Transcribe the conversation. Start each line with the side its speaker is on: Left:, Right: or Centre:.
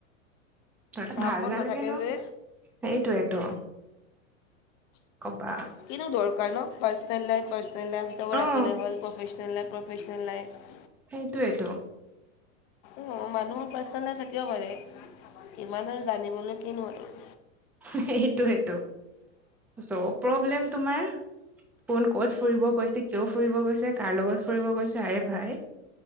Centre: তহঁতক
Left: কাম
Centre: ভাল
Left: বন
Centre: নালাগে
Left: নাথাকে
Centre: ন'!
Left: যে
Centre: সেইটোৱেইটো। ক'বা।
Left: কিনো দৰকাৰ ন'? পাৰ্চনেল লাইফ-পাৰ্চনেল লাইফ হিচাপত ৰাখিলে
Centre: অ
Left: হ'ল, প্ৰফেচনেল লাইফ- প্ৰফেচনেল লাইফ।
Centre: সেইটোৱেটো।
Left: অ'! মানুহৰ পাৰ্চনেল থাকিব পাৰে, ইমান আৰু জানিবলৈ কিনো আৰু।
Centre: সেইটোৱেতো! চ' প্ৰব্লেম তোমাৰ? কোন ক'ত ফুৰিব গৈছে, কিয় ফুৰিব গৈছে, কাৰ লগত ফুৰিব গৈছ, আৰে ভাই,